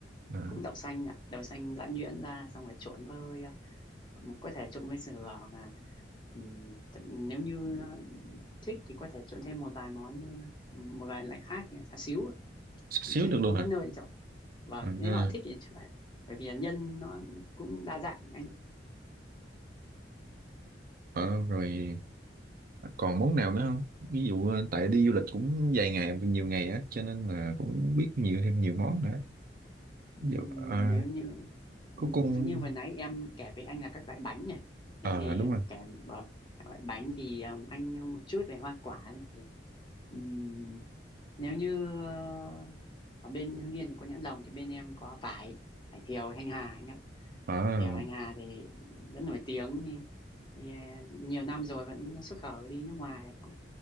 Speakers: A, on the right; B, on the left.
A: À,
B: cũng đậu xanh ạ đậu xanh giã nhuyễn ra xong rồi trộn với có thể trộn với sườn hoặc là ừm, t- nếu như ờ, thích thì có thể trộn thêm một vài món một vài loại khác như là xá xíu
A: xíu
B: <laughs>
A: được luôn
B: cũng
A: hả?
B: có nơi để chọn và
A: À,
B: nếu họ thích thì chọn bởi vì là nhân nó cũng đa dạng anh ạ.
A: à, rồi còn món nào nữa không ví dụ ờ, tại đi du lịch cũng vài ngày nhiều ngày á cho nên là cũng biết nhiều thêm nhiều món nữa
B: Ừm,
A: ví dụ ờ,
B: nếu như
A: có
B: ừm,
A: con
B: như vừa nãy em kể với anh là các loại bánh nhỉ
A: ờ
B: thế thì
A: đúng
B: em
A: rồi
B: kể vâng, các loại bánh thì ừm, anh một chút về hoa quả thì ừm, nếu như ờ, ở bên Hưng Yên thì có nhãn lồng thì bên em có vải vải thiều Thanh Hà anh ạ
A: Ờ,
B: thiều Thanh Hà thì rất nổi tiếng thì, thì, ờ, nhiều năm rồi vẫn xuất khẩu đi nước ngoài cũng